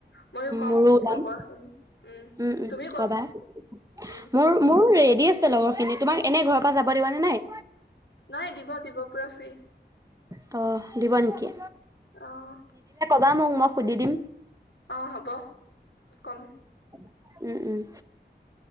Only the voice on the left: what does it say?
ময়ো কম
লগৰ খিনি উম
তুমি
উম
নাই দিব দিব পুৰা ফ্ৰী।
অ'
অ হ'ব কম।